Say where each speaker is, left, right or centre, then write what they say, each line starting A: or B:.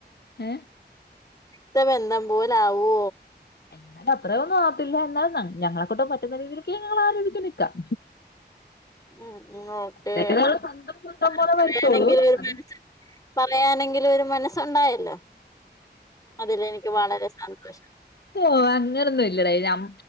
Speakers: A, on the left; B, on the left.
A: ഏഹ്
B: ത്ത ബന്ധം പോലാവോ
A: എന്തയാലും അത്രയൊന്നും ആകത്തില്ല എന്നാ ഞങ്ങ് ഞങ്ങളെക്കൊണ്ട് പറ്റുന്ന രീതിയിലൊക്കെ ഞങ്ങളാലോചിച്ച് നിക്കാം
B: ഉം ഉം ഓക്കേ
A: ഇതൊക്കെ ഞങ്ങൾ സ്വന്തം സ്വന്തം
B: ആഹ്
A: പോലെ
B: പറയാനെങ്കിലും
A: വരുത്തുള്ളൂ
B: ഒരു
A: അത്
B: മനസ് പറയാനെങ്കിലും ഒര് മനസ്സുണ്ടായല്ലോ അതിലെനിക്ക് വളരെ സന്തോ
A: ഓഹ് അങ്ങനൊന്നും ഇല്ലടേ ഞം